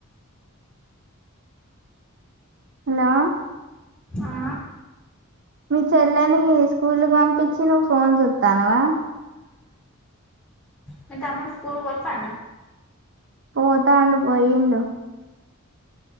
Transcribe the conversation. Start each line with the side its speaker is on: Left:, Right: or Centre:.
Right: హలో
Centre: ఆ
Right: మీ చెల్లెనికి స్కూల్కు పంపించి నువ్వు ఫోన్ చూస్తానవా
Centre: మ తమరి స్కూల్ వప్పా
Right: పోతాం పోయిండ